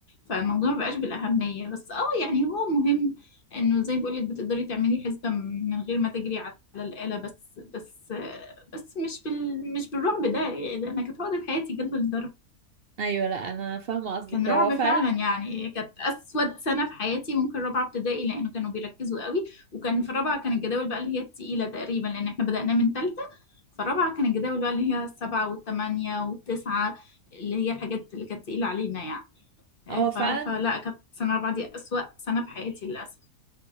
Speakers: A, on the left; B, on the right.
A: فالموضوع مبقاش بالاهميه بس اه يعني هو مهم انه زي ما بقولك بتقدري تعملي حسبه من من غير ما تجري على الاله بس بس بس مش بال مش بالرعب ده, يعني ده انا كانت عقدة حياتي جدول الضرب
B: ايوه لا انا فاهمة قصدك
A: كان رعب
B: هو فعلا
A: فعلا يعني كانت اسود سنه في حياتي ممكن رابعه ابتدائي لانه كانوا بيركزوا قوي وكان في رابعه كان الجداول بقى اللي هي التقيله تقريبا لان احنا بدأنا من ثالثه فرابعه كان الجداول بقى اللي هي السبعه والثمانيه والتسعه اللي هي الحاجات اللي كانت تقيله علينا يعني
B: هو
A: ف...
B: فعلا
A: فلا كانت سنه رابعه دي اسوأ سنه في حياتي للاسف